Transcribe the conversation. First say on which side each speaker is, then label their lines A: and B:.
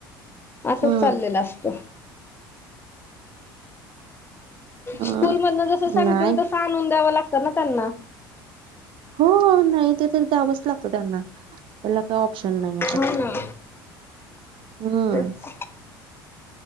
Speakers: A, on the left; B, on the right.
A: असंच
B: हा.
A: चाललेलं असतं.
B: अ
A: स्कूल मधन जस सांगतील
B: नाही
A: तस आणून द्यावं लागतं ना त्यांना
B: हो नाय ते तरी दयावंच लागतो त्यांना त्याला काय ऑप्शन नाही
A: हो
B: आता.
A: ना
B: हम्म.
A: तेच